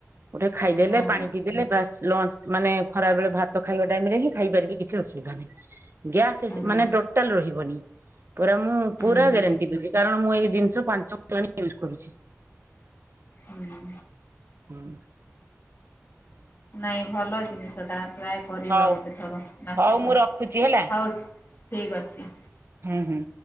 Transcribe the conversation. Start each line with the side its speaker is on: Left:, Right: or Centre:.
Right: ଗୋଟେ ଖାଇଦେଲେ
Left: ହଁ
Right: ପାଣି ପିଇ ଦେଲେ ବାସ୍ ଲଞ୍ଚ ମାନେ ଖରାବେଳେ ଭାତ ଖାଇବା ଟାଇମରେ ହିଁ ଖାଇପାରିବେ କିଛି ଅସୁବିଧା ନାହିଁ। ଗ୍ୟାସେ
Left: ହୁଁ
Right: ସେ ମାନେ ଟୋଟାଲ ରହିବନି। ପୁରା ମୁଁ
Left: ହୁଁ
Right: ପୁରା
Left: ହୁଁ
Right: ଗ୍ୟାରେଣ୍ଟି ଦୋଉଚି କାରଣ ମୁଁ ଏଇ ଜିନିଷ ପାଞ୍ଚ <inaudible> ର୍ଷ ହେଲାଣି ୟୁଜ୍ କରୁଛି।
Left: ହୁଁ।
Right: ହୁଁ।
Left: ନାଇଁ ଭଲ ଜିନିଷଟା ଟ୍ରାଏ କରିବା
Right: ହଉ
Left: ଗୋଟେ ଥର ମାସେ
Right: ହଉ
Left: ଖଣ୍ଡେ।
Right: ମୁଁ ରଖୁଛି ହେଲା।
Left: ଆଉ ଠିକ୍ ଅଛି।
Right: ହୁଁ ହୁଁ।